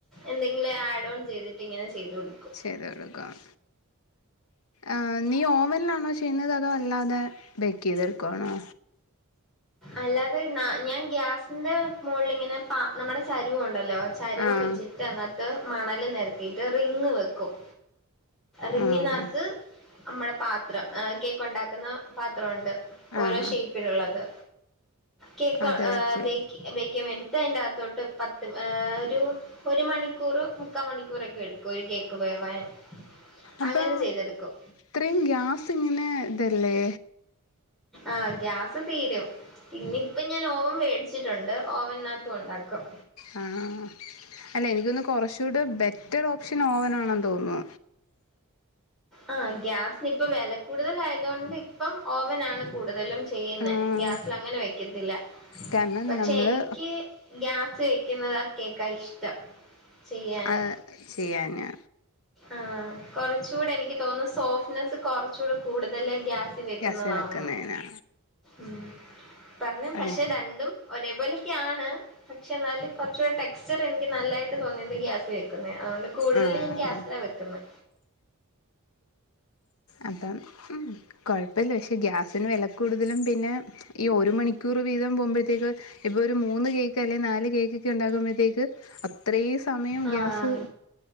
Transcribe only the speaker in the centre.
എന്തെങ്കിലും ആഡാേൺ ചെയ്തിട്ട് ഇങ്ങെനെ ചെയ്ത് കൊട്ക്കും
അല്ലാതെ ഞാ ഞാൻ ഗ്യാസിന്റെ മോൾലിങ്ങെനെ പാ നമ്മടെ ചരുവം ഒണ്ടെല്ലോ ചരുവും
വെ ച്ചിട്ട് അതിനാത്ത് മണല് നെരത്തിയിട്ട് റിങ്ങ് വെക്കും റിങ്ങിനാത്ത്
നമ്മെടെ പാത്രം ഏഹ് കേക്ക് ഒണ്ടാക്ക്ന്നാ പാത്ര ഒണ്ട് ഓരോ
ഷെയ്പ്പിലാെള്ളത് കേക്ക്
ഏഹ്
ബേക്ക് ബേക്ക്യെയ്യാൻ വേൺ ട്ടയ്ന്റെ അകത്തോട്ട് പത്ത് ഏഹ് ഒരു ഒരു മണിക്കൂറ് മുക്കാ മണിക്കൂറൊക്കെ എട്ക്കും ഒര് കേക്ക് വേവാൻ
അങ്ങനെ ചെയ്തെടുക്കും
ആഹ് ഗ്യാസ് തീരും പിന്നെ ഇപ്പം ഞാൻ ഓവം വേടിച്ചിട്ടുണ്ട് ഓവനാത്തും ഒണ്ടാക്കും
ആഹ് ഗ്യാസ്ന് ഇപ്പം വെല കൂട്തലായതോണ്ട് ഇപ്പം ഓവനാണ് കൂട്തലും ചെയ്യ്ന്നെ
ഗ്യാസ്‌ലങ്ങെനെ വെക്കത്തില്ല
പക്ഷേ
എനിക്ക് ഗ്യാസ് വെക്ക്ന്നതാ കേക്കാ ഇഷ്ടം ചെയ്യാന്
ആഹ് കൊറച്ചൂടെ എനിക്ക് തോന്ന്ന്നു സോഫ്റ്റ്നെസ്സ് കൊറച്ചൂടെ കൂട്തല് ഗ്യാ സി വെക്ക്ന്നതാന്ന്
ഉം പർഞ്ഞ് പശേ
രണ്ടും ഒരേ പോലാെക്ക്യാണ് പക്ഷേ എന്നാലും കൊർച്ചൂടെ ടെക്സ്ചർ എനിക്ക് നല്ലായിട്ട് തോന്നിയത് ഗ്യാസി വെക്ക്ന്നെയാ അതോണ്ട് കൂട്തലും
ഗ്യാസിലാ വെക്ക്ന്നേ
ആഹ്